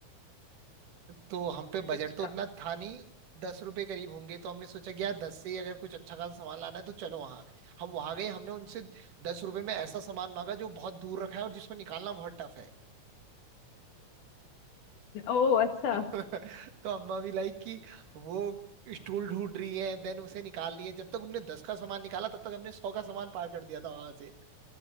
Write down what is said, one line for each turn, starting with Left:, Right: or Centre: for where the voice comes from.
Right: तो हम पे बजट
Left: अच्छा
Right: तो उतना था नहीं दस रुपए करीब होंगे तो हमने सोचा कि यार दस से ही अगर कुछ अच्छा खासा सामान लाना है तो चलो वहाँ हम वहां गए हमने उनसे दस रुपए में ऐसा सामान मांगा जो बहुत दूर रखा है और जिसको निकालना बहुत टफ है
Left: ओ अच्छा
Right: <laughs> तो अम्मा भी लाइक कि वो स्टूल ढूंढ रही है देन उसे निकाल रही है जब तक उनने दस का सामान निकाला तब तक हमने सौ का सामान पार कर दिया था वहां से